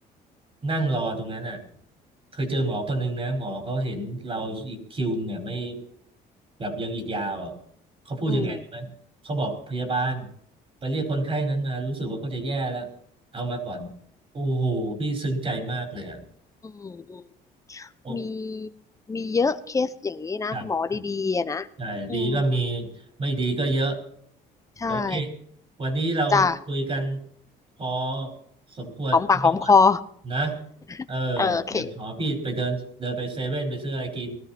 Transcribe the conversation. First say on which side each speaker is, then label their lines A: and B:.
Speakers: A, on the right; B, on the left.
A: นั่งรอตรงนั้นอ่ะเคยเจอหมอคนนึงนะหมอเขาเห็นเราอีกคิวเนี่ยไม่แบบยังอีกยาวอ่ะเขาพูดยังไงรู้ไหมเขาบอกพยาบาล
B: อืม
A: ไปเรียกคนไข้นั้นมารู้สึกว่าเขาจะแย่แล้วเอามาก่อน โอ้โห พี่ซึ้งใจมากเลยอ่ะ
B: อืมอืม
A: โอ้
B: มีมีเยอะเคสอย่างนี้นะหมอดีๆอะนะอืม
A: ครับใช่ดีก็มี ไม่ดีก็เยอะ
B: ใช่
A: โอเค วันนี้เราคุยกัน
B: จ้า
A: พอสมควรตรงนี้ก่อน
B: หอมปากหอมคอ
A: นะเออ
B: <laughs> เออโอเค
A: เดี๋ยวขอพี่ไปเดินเดินไปเซเว่นไปซื้ออะไรกิน